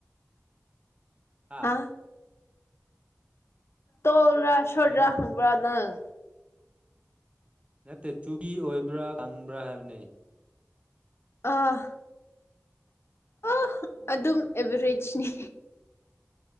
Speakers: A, on the right; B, on the left.
A: ꯍꯥꯥ
B: ꯍꯥ ꯇꯣꯜ꯭ꯔꯥ ꯁꯨꯔꯗ꯭ꯔꯥ
A: ꯀꯩꯅꯣ
B: ꯍꯪꯕ꯭ꯔꯥ ꯅꯪ
A: ꯅꯠꯇꯦ ꯆꯨꯕꯤ ꯑꯣꯏꯕ꯭ꯔꯥ ꯀꯪꯕ꯭ꯔꯥ ꯍꯥꯏꯕꯅꯤ
B: ꯑꯥ ꯑ ꯑꯗꯨꯝ ꯑꯦꯚꯔꯦꯖꯅꯤ